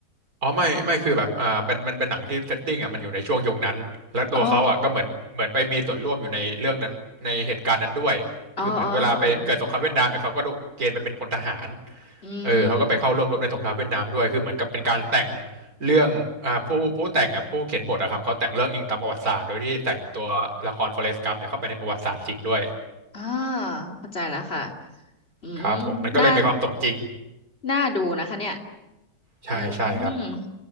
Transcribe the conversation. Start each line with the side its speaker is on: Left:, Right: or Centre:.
Right: อ๋อไม่ไม่คือแบบอ่ามันมันเป็นหนังที่เซตติ้งอ่ะมันอยู่ในช่วงยุคนั้นและตัวเขาอ่ะก็เหมือนเหมือนไปมีส่วนร่วมอยู่ในเรื่องนั้นในเหตุการณ์นั้นด้วยคือเหมือนเวลาไปเกิดสงครามเวียดนามเนี่ยเขาก็ถูกเกณฑ์ไปเป็นพลทหาร
Left: อ๋ออ๋ออ๋ออ๋ออืม
Right: เออเขาก็ไปเข้าร่วมรบในสงครามเวียดนามด้วยคือเหมือนกับเป็นการแต่งเรื่องอ่าผู้ผู้แต่งอ่ะผู้เขียนบทอะครับเขาแต่งเรื่องอิงตามประวัติศาสตร์โดยที่ใส่ตัวละครฟเรสกัมเนี่ยเข้าไปในประวัติศาสตร์จริงด้วย
Left: อ่าเข้าใจแล้วค่ะอืม
Right: ครับผมมันก็เลยมีความสมจริง
Left: น่าน่าดูนะคะเนี่ย
Right: ใช่ใช่ครับ
Left: อืม